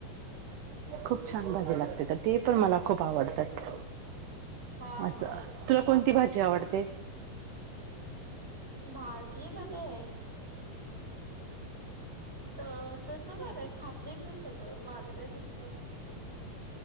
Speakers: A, on the right; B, in the centre.
A: खूप छान भाजी लागते तर ते पण मला खूप आवडतात
B: हा
A: असं
B: हा
A: तुला कोणती भाजी आवडते?
B: भाजी मध्ये, हो. तर तस काय नाही खाते मी सगळं माझं काय तसं काय नसतं.